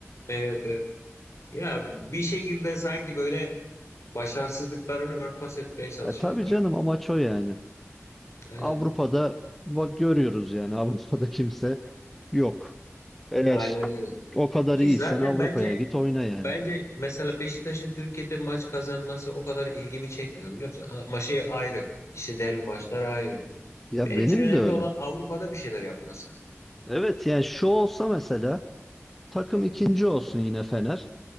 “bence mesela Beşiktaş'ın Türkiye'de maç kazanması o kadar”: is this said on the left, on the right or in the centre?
Left